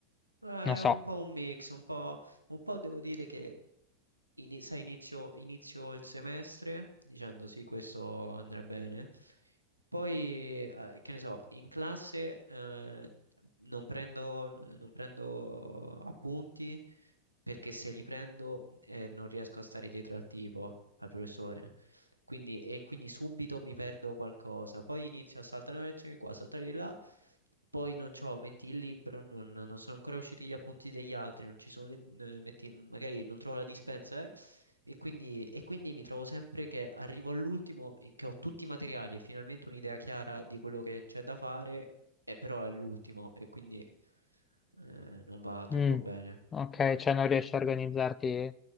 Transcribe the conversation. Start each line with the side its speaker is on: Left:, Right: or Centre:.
Right: Ma
Left: non
Right: È
Left: so.
Right: un po' un mix, un po', un po' devo dire che ini- sai, inizio, inizio il semestre dicendo sì, questo andrà bene. Poi, eh, che ne so, in classe eh, non prendo, non prendo appunti perché se li prendo eh, non riesco a stare dietro al tipo, al professore. Quindi, e quindi subito mi perdo qualcosa. Poi inizio a saltare una lezione di qua, a saltare di là. Poi non c'ho, metti il libro, non, non sono ancora usciti gli appunti degli altri, non ci sono le- eh, metti, magari non trovo la dispensa, eh. E quindi, e quindi mi trovo sempre che arrivo all'ultimo, eh, che ho tutti i materiali e finalmente un'idea chiara di quello che c'è da fare, e però è l'ultimo e quindi eh, non va troppo
Left: Mm,
Right: bene.
Left: Ok, cioè non riesci a organizzarti